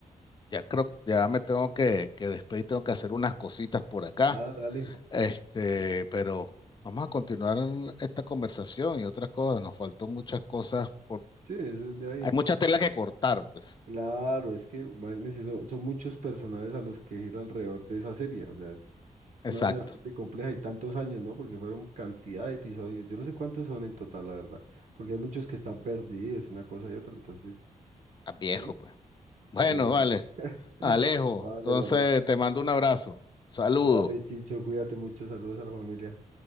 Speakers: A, on the left; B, on the right.
A: ya creo, ya me tengo que, que despedir, tengo que hacer unas cositas por acá,
B: Ah, dale.
A: este, pero vamos a continuar esta conversación y otras cosas, nos faltó muchas cosas, por,
B: Sí, eso es de ahí.
A: hay mucha tela que cortar, pues,
B: Claro, es que imagínense, son, son muchos personajes a los que gira alrededor de esa serie. O sea, es
A: exacto,
B: una vaina bastante compleja y tantos años, ¿no? Porque fueron cantidad de episodios. Yo no sé cuántos son en total, la verdad. Porque hay muchos que están perdidos y una cosa y otra. Entonces,
A: está viejo,
B: sí,
A: pues. Bueno,
B: Sí.
A: vale,
B: <laughs>
A: Alejo,
B: Vale,
A: entonces
B: papá.
A: te mando un abrazo, saludos.
B: Dale, Chicho, cuídate mucho. Saludos a la familia.